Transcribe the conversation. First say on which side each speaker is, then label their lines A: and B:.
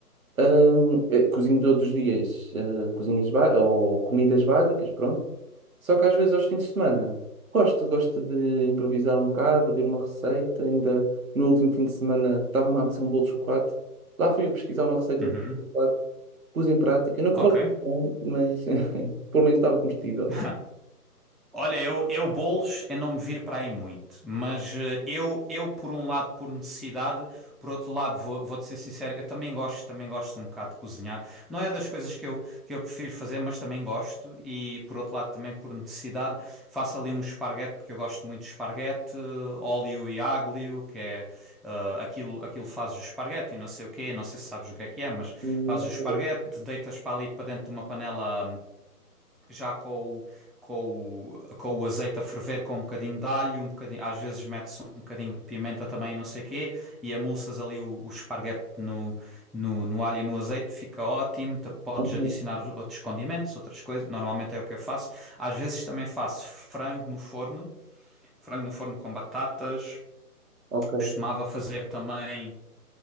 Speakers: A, on the right (about 60°); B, in the centre.
A: hum, eh, cozinho todos os dias, eh, cozinhas ba- ou comidas básicas, pronto. Só que às vezes aos fins de semana gosto, gosto de improvisar um bocado, ver uma receita. Ainda no último fim de semana estava-me a apetecer um bolo de chocolate. Lá fui eu pesquisar uma receita
B: Uhum,
A: de chocolate Pus em prática, não
B: Ok.
A: correu muito bem, mas <laughs> pelo menos estava comestível.
B: <laughs> Olha, eu, eu bolos é não me vir para aí muito, mas eh, eu, eu por um lado por necessidade, por outro lado vou, vou-te ser sincero, eu também gosto, também gosto um bocado de cozinhar. Não é das coisas que eu, que eu prefiro fazer, mas também gosto e por outro lado também por necessidade faço ali um esparguete porque eu gosto muito de esparguete, óleo e aglio, que é eh, aquilo, aquilo fazes o esparguete e não sei o quê, não sei se sabes o que é que é, mas
A: Não
B: fazes o esparguete,
A: correu.
B: deitas para ali para dentro de uma panela já com o, com o, com o azeite a ferver com um bocadinho de alho, um bocadinho, às vezes mete-se um bocadinho de pimenta também, e não sei quê, e amulsas ali o, o esparguete no, no, no alho e no azeite, fica ótimo. T- Podes
A: Uhum,
B: adicionar outros condimentos, outras coisas, normalmente é o que eu faço. Às vezes também faço frango no forno, frango no forno com batatas,
A: ok.
B: costumava fazer também.